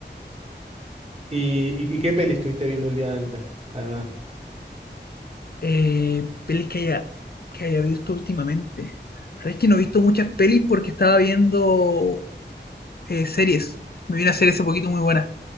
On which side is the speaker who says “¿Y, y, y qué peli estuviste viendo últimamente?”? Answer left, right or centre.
Right